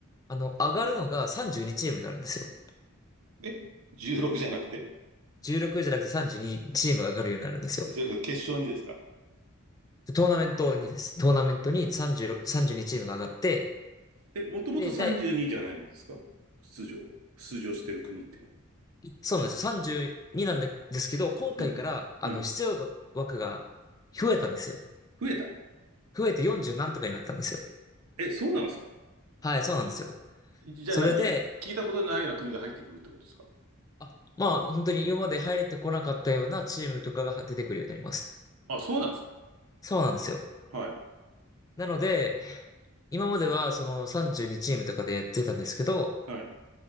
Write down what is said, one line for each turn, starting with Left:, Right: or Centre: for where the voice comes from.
Left: あの、上がるのが32チームになるんですよ。
Right: い。え、16じゃなくて
Left: 16じゃなくて32チームが上がるようになるんですよ。
Right: それ決勝にですか
Left: でトーナメントにです。トーナメントに36、32チームが上がって、
Right: え、もともと32じゅうにじゃないんですか出場は。
Left: で、第、
Right: 出場してる国っていうのは。
Left: そうなんですよ。32なんですけど、今回から、
Right: うん。
Left: あの、
Right: うん。
Left: 出場枠が増えたんですよ。
Right: 増えた。
Left: 増えて40何とかになったんですよ。
Right: え、そうなんですか
Left: はい、そうなんですよ。
Right: じゃあ何聞いたことないような国が入ってくるってことですか
Left: それで、あ、まあ、本当に今まで入れてこなかったようなチームとかが出てくるようになります。
Right: あ、そうなんですか
Left: そうなんですよ。
Right: はい。
Left: なので、今まではその32チームとかでやってたんですけど、
Right: はい。